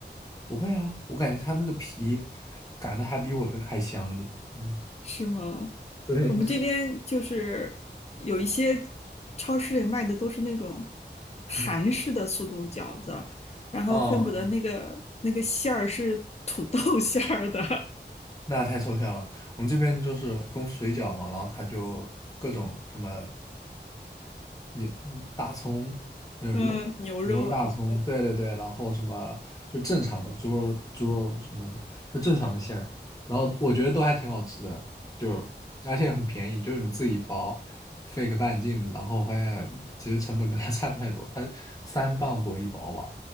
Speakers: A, on the left; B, on the left.
A: 不会啊，我感觉它那个皮擀的还比我的还香一点。嗯，
B: 是吗？
A: 对，
B: 我们这嗯边就是有一些超市里卖的都是那种韩式的速冻饺子，
A: 嗯，嗯
B: 然后恨不得哦那个那个馅儿是土豆
A: 哦。
B: <laughs> 馅儿的，
A: 那太抽象了。我们这边就是功夫水饺嘛，然后它就各种什么你嗯大葱，就是肉牛肉大葱，
B: 嗯，牛肉啊什么的。
A: 对对对，然后什么就正常的猪肉猪肉什么的，就正常的馅儿，然后我觉得都还挺好吃的，就是而且很便宜，就是你自己包，费个半斤，然后发现其实成本跟它 <laughs> 差不太多，它三磅多一包吧，